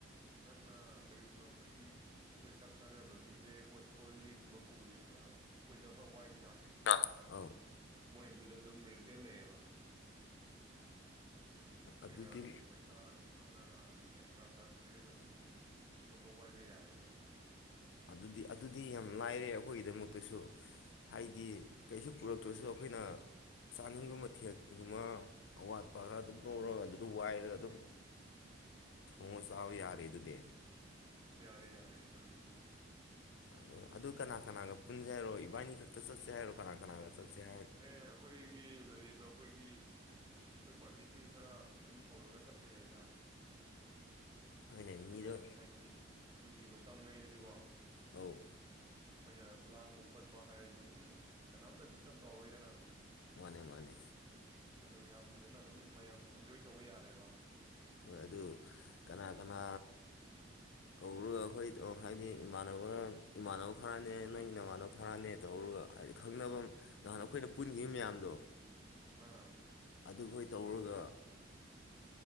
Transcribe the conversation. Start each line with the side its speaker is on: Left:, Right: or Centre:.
Right: ꯅꯪꯅ ꯀꯔꯤꯒꯨꯝꯕ ꯑꯩꯈꯣꯏꯒꯤ ꯑꯩꯈꯣꯏ ꯆꯥꯛ ꯆꯥꯅꯕꯒꯤꯁꯦ ꯀꯣꯜ ꯂꯤꯛꯀꯨꯝꯕ ꯄꯨꯕꯁꯦ ꯈꯔ ꯑꯩꯈꯣꯏꯗ ꯈꯔ ꯋꯥꯏꯗꯅ
Left: ꯑ
Right: ꯃꯣꯏ ꯑꯗꯨꯗ ꯑꯗꯨꯝ ꯔꯦꯡꯊꯦꯜ ꯂꯩꯑꯦꯕ ꯑꯩꯈꯣꯏꯅ
Left: ꯑꯗꯨꯗꯤ
Right: ꯄꯩꯁꯥ ꯑꯗꯨꯝ ꯈꯔ ꯑꯦꯛꯁꯇ꯭ꯔꯥ ꯆꯔꯖ ꯄꯤꯔꯒ ꯑꯗꯨꯝ ꯄꯣꯠꯇꯣ ꯋꯥꯏꯕ ꯌꯥꯏꯑꯕ
Left: ꯑꯗꯨꯗꯤ ꯑꯗꯨꯗꯤ ꯌꯥꯝ ꯂꯥꯏꯔꯦ ꯑꯩꯈꯣꯏꯒꯤꯗꯃꯛꯇꯁꯨ ꯍꯥꯏꯗꯤ
Right: ꯑꯣꯏꯅ
Left: ꯀꯩꯁꯨ ꯄꯨꯔꯛꯇ꯭ꯔꯁꯨ
Right: ꯎꯝ
Left: ꯑꯩꯈꯣꯏꯅ ꯆꯥꯅꯤꯡꯕ ꯃꯊꯦꯜꯒꯨꯝꯕ ꯑꯋꯥꯠꯄ ꯈꯔ ꯑꯗꯨꯝ ꯂꯧꯔꯒ ꯑꯗꯨꯗ ꯋꯥꯏꯔꯒ ꯑꯗꯨꯝ ꯊꯣꯡꯉ ꯆꯥꯕ ꯌꯥꯔꯦ ꯑꯗꯨꯗꯤ
Right: ꯌꯥꯔꯦ ꯌꯥꯔꯦ ꯑꯗꯨꯅꯤ
Left: ꯑꯗꯣ ꯑꯗꯨ ꯀꯅꯥ ꯀꯅꯥꯒ ꯄꯨꯟꯖꯔꯣꯏ ꯏꯕꯥꯅꯤ ꯁꯠꯁꯌꯥ ꯍꯥꯏꯔꯣ ꯀꯅꯥ ꯀꯅꯥ ꯁꯠ꯭ꯌꯥ
Right: ꯑꯦ ꯑꯩꯈꯣꯏꯒꯤ ꯂꯩꯔꯤꯕ ꯑꯩꯈꯣꯏꯒꯤ ꯑꯩꯈꯣꯏ ꯄꯥꯔꯇꯤꯁꯤꯡ ꯈꯔ ꯑꯗꯨꯝ ꯍꯧꯔꯒ ꯆꯠꯄ ꯌꯥꯏꯗ
Left: ꯍꯣꯏꯅꯦ
Right: ꯑꯗꯨ
Left: ꯃꯤꯗꯣ
Right: ꯃꯌꯥꯝ ꯍꯥꯏꯗꯤ ꯑꯗꯨꯒꯤ ꯇꯪ ꯉꯩꯗꯗꯤꯀꯣ
Left: ꯑꯧ
Right: ꯑꯩꯈꯣꯏꯅ ꯂꯥꯡꯕ ꯈꯣꯠꯄ ꯍꯥꯏꯔꯁꯨ ꯑꯗꯨꯝ ꯀꯅꯥꯝꯇ ꯗꯤꯁꯇꯔꯕ ꯇꯧꯔꯣꯏꯗꯅ
Left: ꯃꯥꯅꯦ ꯃꯥꯅꯦ
Right: ꯑꯗꯨꯝ ꯌꯥꯝ ꯐꯖꯅ ꯑꯗꯨꯝ ꯃꯌꯥꯝ ꯏꯟꯖꯣꯏ ꯇꯧꯕ ꯌꯥꯔꯦꯕ
Left: ꯍꯣꯏ ꯑꯗꯨ ꯀꯅꯥ ꯀꯅꯥ ꯀꯧꯔꯒ ꯑꯩꯈꯣꯏ ꯍꯥꯏꯗꯤ ꯏꯃꯥꯟꯅꯕ ꯏꯃꯥꯟꯅꯕ ꯈꯔꯅꯦ ꯅꯪ ꯏ ꯅꯃꯥꯟꯅꯕ ꯈꯔꯅꯦ ꯇꯧꯔꯒ ꯍꯥꯏꯗꯤ ꯈꯪꯅꯕ ꯅꯍꯥꯟ ꯑꯩꯈꯣꯏꯅ ꯄꯨꯟꯈꯤꯕ ꯃꯌꯥꯝꯗꯣ
Right: ꯑꯥ
Left: ꯑꯗꯨꯈꯣꯏ ꯇꯧꯔꯒ